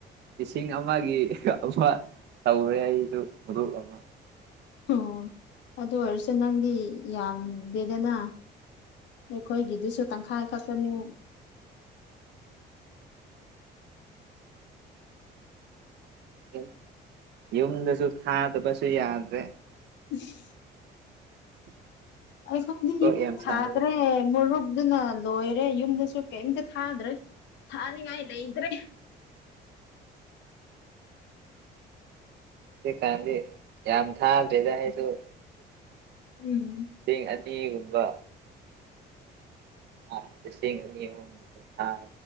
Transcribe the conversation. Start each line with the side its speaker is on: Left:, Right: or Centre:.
Right: ꯂꯤꯁꯤꯡ ꯑꯃꯒꯤ ꯑꯃ ꯇꯧꯔꯦ ꯑꯩꯁꯨ ꯊꯕꯛ ꯑꯃ
Left: ꯑꯣ ꯑꯗꯨ ꯑꯣꯏꯔꯁꯨ ꯅꯪꯗꯤ ꯌꯥꯝꯗꯦꯗꯅ ꯑꯩꯈꯣꯏꯒꯤꯗꯨꯁꯨ ꯇꯪꯈꯥꯏ ꯈꯛꯇꯅꯦ
Right: <unintelligible> ꯌꯨꯝꯗꯁꯨ ꯊꯥꯗꯕꯁꯨ ꯌꯥꯗ꯭ꯔꯦ
Left: <unintelligible>
Right: <inaudible>
Left: ꯑꯩꯈꯣꯏꯗꯤ
Right: ꯀꯣꯛ
Left: ꯌꯨꯝꯗ
Right: ꯌꯥꯝ
Left: ꯊꯥꯗ꯭ꯔꯦ
Right: ꯁꯥꯏꯗ
Left: ꯃꯨꯔꯨꯞ ꯑꯗꯨꯅ ꯂꯣꯏꯔꯦ ꯌꯨꯝꯗꯁꯨ ꯀꯩꯝꯇ ꯊꯥꯗ꯭ꯔꯦ ꯊꯥꯅꯤꯡꯉꯥꯏ ꯂꯩꯇ꯭ꯔꯦ
Right: ꯍꯧꯀꯥꯟꯗꯤ ꯌꯥꯝ ꯊꯥꯗ꯭ꯔꯦꯗ ꯑꯩꯁꯨ
Left: ꯎꯝ
Right: ꯂꯤꯁꯤꯡ ꯑꯅꯤꯒꯨꯝꯕ <unintelligible> ꯂꯤꯁꯤꯡ ꯑꯅꯤ ꯍꯨꯝꯒꯨꯝꯕ ꯊꯥꯢ